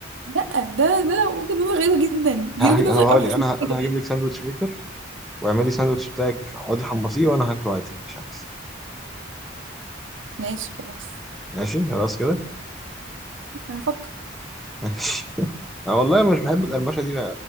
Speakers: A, on the right; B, in the centre.
A: لا ده ده وجهة نظر غريبة جدا دي
B: هقول
A: وجهة نظر اوحش
B: لك، انا
A: من كده
B: انا
A: كمان
B: هجيب لك ساندوتش ميكر واعملي ساندوتش بتاعك اقعدي حمصيه وانا هاكله عادي مش عايز
A: ماشي خلاص
B: ماشي خلاص كده
A: انا هفكر
B: <laughs> ماشي انا والله مش بحب القرمشة دي